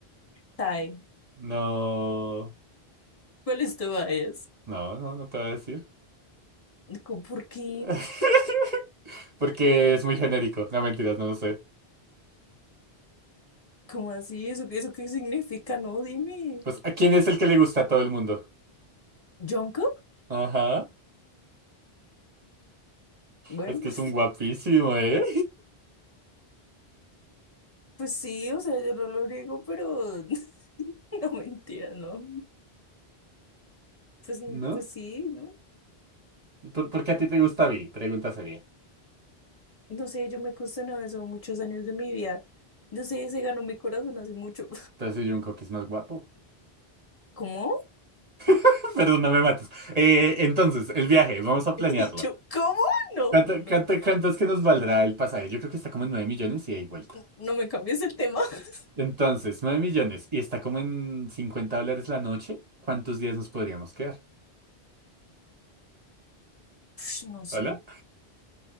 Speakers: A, on the left; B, on the right.
A: Tae,
B: No.
A: ¿cuáles tú vayas?
B: No, no, no te voy a decir.
A: Digo, ¿Por qué?
B: <laughs> Porque es muy genérico. No, mentiras, no lo sé.
A: ¿Cómo así? ¿Eso, qué- eso qué significa? No, dime.
B: Pues, ¿a quién es el que le gusta a todo el mundo?
A: ¿Jungkook?
B: Ajá.
A: Bueno,
B: Es que
A: <laughs>
B: es un guapísimo, ¿eh?
A: pues sí, o sea, yo no lo niego, pero <laughs> no mentira, ¿no? Pues,
B: <laughs> ¿No?
A: pues sí, ¿no?
B: ¿Por, por qué a ti te gusta Vi? Pregunta seria.
A: No sé, yo me cuestionaba eso muchos años de mi vida. Yo sé, se ganó mi corazón hace mucho.
B: Pero si Jungkook es más guapo.
A: <laughs> ¿Cómo?
B: <laughs> Perdón, no me mates. Eh, entonces, el viaje, vamos a planearlo.
A: Y yo, ¿cómo? No,
B: ¿Cuánto,
A: no, no,
B: cuánto,
A: no
B: cuánto es que nos valdrá el pasaje? Yo creo que está como en nueve millones y hay vuelta.
A: No me cambies el tema. <laughs>
B: Entonces, 9 millones y está como en 50 dólares la noche. ¿Cuántos días nos podríamos quedar?
A: Ush, no sé.
B: ¿Hola?